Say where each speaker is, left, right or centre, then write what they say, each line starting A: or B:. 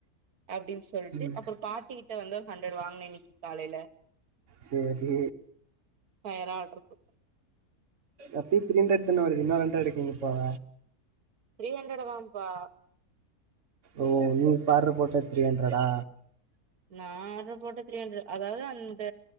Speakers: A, on the right; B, on the right.
A: அப்டின்னு சொல்ட்டு
B: ம்
A: அப்பற பாட்டிக்கிட்ட வந்து ஹண்ட்ரட் வாங்ன இன்னைக்கு காலையில
B: சரி
A: ஃபயரா ஆடர் குடுத்
B: எப்பவு த்ரீ ஹண்ட்ரட் தான வருது இன்னொரு ஹண்ட்ரடுக்கு எங்க போவ
A: த்ரீ ஹண்ட்ரட் தான்ப்பா
B: ஓ நீங்க ஆர்டர் போட்டா த்ரீ ஹண்ட்ரடா
A: நா ஆர்டர் போட்ட த்ரீ ண்ட்் அதாவது அந்த